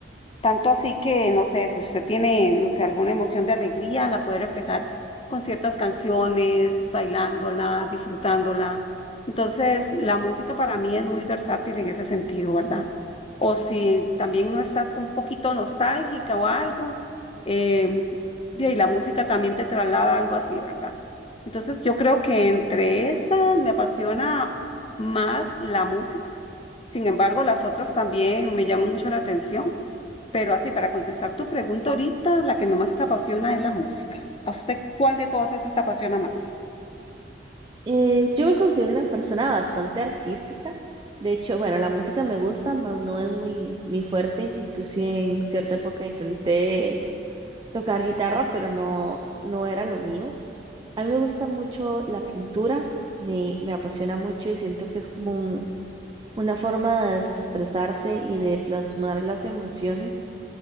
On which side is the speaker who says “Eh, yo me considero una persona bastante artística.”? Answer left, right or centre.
Right